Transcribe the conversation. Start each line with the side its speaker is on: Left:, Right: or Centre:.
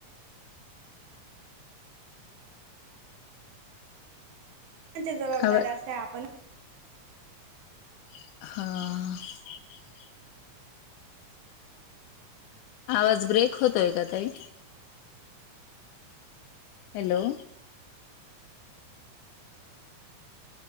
Right: च्या जबाबदार्या
Left: आवा
Right: असे आपण.
Left: हा. आवाज ब्रेक होतोय का तई. हॅलो.